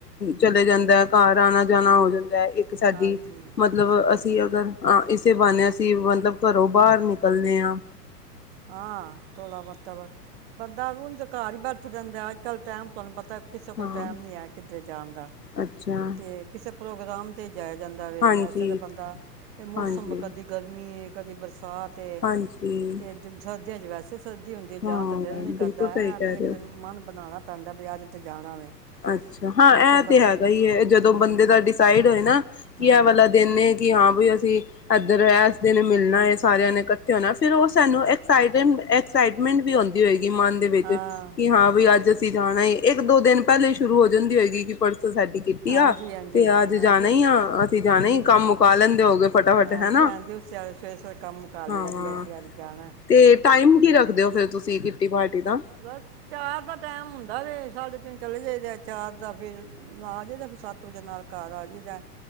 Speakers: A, on the left; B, on the right.
A: ਚਲੇ ਜਾਂਦਾ ਹੈ। ਘਰ ਆਣਾ -ਜਾਣਾ ਹੋ ਜਾਂਦਾ। ਇੱਕ ਸਾਡੀ
B: ਹਾਂਜੀ
A: ਮਤਲਬ
B: ਇਸ ਪਰ
A: ਅਸੀਂ ਅਗਰ ਅਹ! ਇਸੇ ਬਹਾਨੇ ਅਸੀਂ ਮਤਲਬ ਘਰੋਂ ਬਾਹਰ ਨਿਕਲਦੇ ਹਾਂ।
B: ਹਾਂ ਤੋਲਾ ਮਤਬ <unintelligible> ਬੰਦਾ ਹੁਣ ਘਰ ਹੀ ਬੈਠ ਦਿੰਦਾ ਅੱਜ -ਕੱਲ ਟਾਈਮ ਤੁਹਾਨੂੰ ਪਤਾ। ਕਿਸੇ ਕੋਲ
A: ਹਾਂ
B: ਟਾਈਮ ਨਹੀ ਆ ਕਿੱਧਰ ਜਾਣ ਦਾ।
A: ਅੱਛਾ
B: ਤੇ ਕਿਸੇ ਪ੍ਰੋਗਰਾਮ ਤੇ ਜਾਇਆ ਜਾਂਦਾ ਵੇ।
A: ਹਾਂਜੀ
B: ਵੈਸੇ ਤੇ ਬੰਦਾ ਇਹ ਮੌਸਮ
A: ਹਾਂਜੀ
B: ਕਦੀ ਗਰਮੀ ਹੈ, ਕਦੀ ਬਰਸਾਤ‌ ਹੈ।
A: ਹਾਂਜੀ
B: ਅਤੇ ਸਰਦੀਆਂ 'ਚ ਵੈਸੇ ਸਰਦੀ ਹੁੰਦੀ
A: ਹਾਂ
B: ਜਾਣ ਤਾਂ ਦਿਲ ਨਹੀਂ ਕਰਦਾ
A: ਬਿਲਕੁਲ
B: ਹੈ
A: ਸਹੀ ਕਹਿ
B: ਫਿਰ ਇੱਕ
A: ਰਹੇ
B: ਦਿਨ
A: ਹੋ
B: ਮਨ ਬਣਾਉਣਾ। ਵੀ ਅੱਜ ਤੇ ਜਾਣਾ ਵੇ <unintelligible>
A: ਅੱਛਾ! ਹਾਂ,
B: ਉਂਝ
A: ਇਹ ਤੇ
B: ਬੰਦ
A: ਹੈਗਾ ਹੀ ਜਦੋਂ
B: ਹੂੰ
A: ਬੰਦੇ ਦਾ ਡਿਸਾਈਡ ਹੋਏ ਨਾ ਕਿ
B: ਹਾਂ
A: ਇਹ ਵਾਲਾ ਦਿਨ ਐ ਕਿ ਹਾਂ ਬਈ ਅਸੀਂ। ਏਸ ਦਿਨ ਮਿਲਣਾ ਹੈ। ਸਾਰਿਆਂ ਨੇ ਇਕੱਠੇ ਹੋਣਾ ਫਿਰ ਉਹ ਸਾਨੂੰ ਐਕਸਾਇਡ ਐਕਸਾਈਟਮੈਂਟ ਹੁੰਦੀ ਹੋਏਗੀ। ਮਨ ਦੇ ਵਿੱਚ
B: ਹਾਂ
A: ਕਿ ਹਾਂ ਵੀ ਅੱਜ ਅਸੀਂ ਜਾਣਾ ਇੱਕ- ਦੋ ਦਿਨ ਪਹਿਲੇ ਸ਼ੁਰੂ ਹੋ ਜਾਂਦੀ ਹੋਏਗੀ ਕਿ ਪਰਸੋ ਅੱਜ ਸਾਡੀ ਕਿਟੀ ਕੀਤੀ
B: ਹਾਂਜੀ
A: ਆ
B: ਹਾਂਜੀ
A: ਤੇ ਅੱਜ
B: ਹਾਂਜੀ
A: ਜਾਣਾ ਹੀ ਆ, ਅਸੀਂ ਜਾਣਾ
B: ਹੂੰ
A: ਹੀ ਕੰਮ ਮੁਕਾ ਲੈਂਦੇ ਹੋ ਗਏ ਫਟਾਫਟ
B: ਹਾਂਜੀ
A: ਹਨਾ।
B: ਹਾਂਜੀ, ਉਸ ਸਵੇਰੇ- ਸਵੇਰੇ ਕੰਮ ਮੁਕਾ ਲਈਏ
A: ਹਾਂ
B: ਦਾ ਕਿ ਅਸੀਂ ਅੱਜ ਜਾਣਾ ਹੈ।
A: ਤੇ ਟਾਈਮ ਕਿ ਰੱਖਦੇ ਹੋ ਫਿਰ ਤੁਸੀਂ? ਕਿੱਟੀ ਪਾਰਟੀ ਦਾ
B: ਬਸ ਚਾਰ ਦਾ ਟੈਮ ਹੁੰਦਾ ਵੇ, ਸਾਡੇ ਤਿੰਨ ਚਲੇ ਜਾਈਦਾ ਚਾਰ ਦਾ ਫੇਰ ਨਾ ਆ ਜਾਈਦਾ ਫਿਰ ਸੱਤ ਵਜੇ ਨਾਲ ਘਰ ਆ ਜਾਈਦਾ।